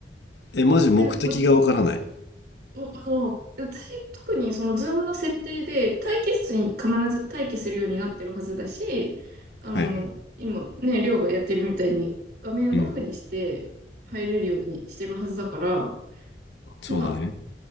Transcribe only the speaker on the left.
え、マジ目的がわからない。
はいはい。
うん。そうだね。